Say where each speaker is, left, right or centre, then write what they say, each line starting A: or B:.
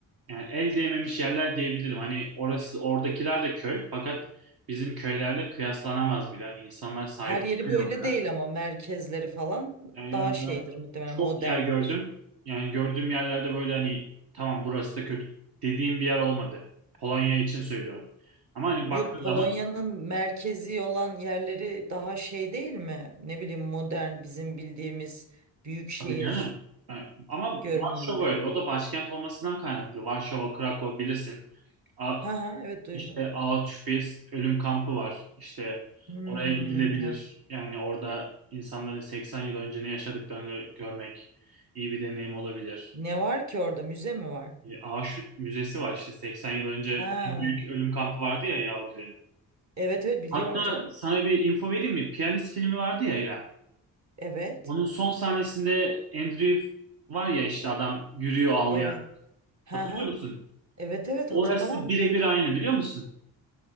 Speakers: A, on the right (about 55°); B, on the right (about 40°).
A: Yani el değmemiş yerler diyebilirim. Hani orası oradakiler de köy fakat bizim köylerle kıyaslanamaz bile. Hani insanlar sahip
B: Her yeri
A: çıkıyor
B: böyle
A: bana.
B: değil ama merkezleri falan
A: Yani İran'da
B: daha şeydir muhtemelen
A: çok
B: moderndir.
A: yer gördüm. Yani gördüğüm yerlerde böyle hani tamam burası da kötü dediğim bir yer olmadı. Polonya için söylüyorum. Ama hani baktığın
B: Yok Polonya'nın
A: zaman
B: merkezi olan yerleri daha şey değil mi? Ne bileyim modern bizim bildiğimiz büyük şehir
A: tabii canım. Yani ama
B: görünümünde.
A: Varşova öyle. O da başkent olmasından kaynaklı. Varşova, Krakow bilirsin. A-
B: Ha ha evet duydum.
A: İşte Auschwitz ölüm kampı var. İşte
B: Hmm,
A: oraya gidilebilir.
B: evet.
A: Yani orada insanların 80 yıl önce ne yaşadıklarını görmek iyi bir deneyim olabilir.
B: Ne var ki orada? Müze mi var?
A: E, Auschwitz Müzesi var işte 80 yıl önce
B: Ha.
A: en büyük ölüm kampı vardı ya Yahudilerin.
B: Evet evet biliyorum
A: Hatta
B: canım.
A: sana bir info vereyim mi? Piyanist filmi vardı ya İrem.
B: Evet.
A: Onun son sahnesinde Andrew var ya işte adam yürüyor ağlayan.
B: Evet. Ha
A: Hatırlıyor
B: ha.
A: musun?
B: Evet evet
A: Orası
B: hatırlamam.
A: birebir aynı biliyor musun?